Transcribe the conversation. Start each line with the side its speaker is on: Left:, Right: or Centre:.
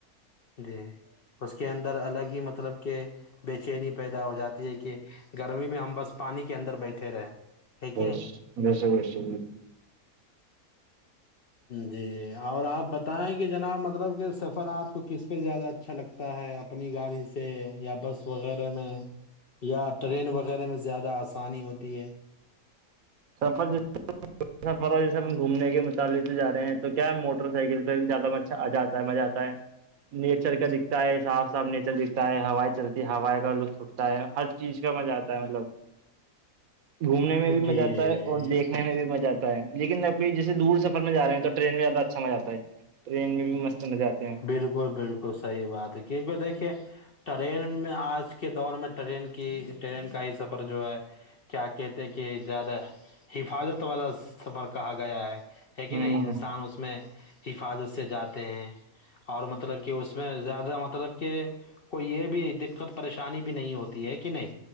Left: جی اس کے اندر الگ ہی مطلب کہ بے چینی پیدا ہو جاتی ہے کہ گرمی میں ہم بس پانی کے اندر بیٹھے رہے ہے کہ
Right: بس
Left: نہیں
Right: بیس
Left: جی اور آپ بتائیں کہ جناب مطلب کہ سفر آپ کو کس سبہ زیادہ اچھا لگتا ہے اپنی گاڑی سے یا بس وغیرہ میں یا ٹرین وغیرہ میں زیادہ آسانی ہوتی ہے
Right: سرفر سفر اور جیسے ہم گھومنے کے متعلق سے جا رہے ہیں تو کیا موٹر سائیکل پہ زیادہ مچ آ جات مزہ آتا ہے نیچر کا دکھتا ہے صاف صاف نیچر دکھتا ہے ہائی چلتی ہے ہائی کا لوگ ہر چیز کا مزہ آتا ہے مطلب گھومنے میں بھی
Left: جی
Right: مزہ آتا دیکنے میں بھی مزہ آتا ہے لیکنب جسے دور سفر میں جاے ہیں تو ٹرین میں زیادہ اچھا مزہ آتا ہے ٹرین میں بھی مست مزے آتے ہیں
Left: بالکل بالکل صحیح بات ہے کیونکہ دیکھیے ٹرین میں آج کے دور میں ٹرین کی ٹرین کا ہی سفر جو ہے کیا کہتے ہیں کہ زیادہ حفاظت والا سفر کہا گیا ہے ہے کہ
Right: ہوں
Left: نہیں انسان اس میں حفاظت سے جاتے ہیں اور مطلب کہ اس میں زیادہ مطلب کہ کوئی یہ بھی دقت پریشانی بھی نہیں ہوتی ہے کہ نہیں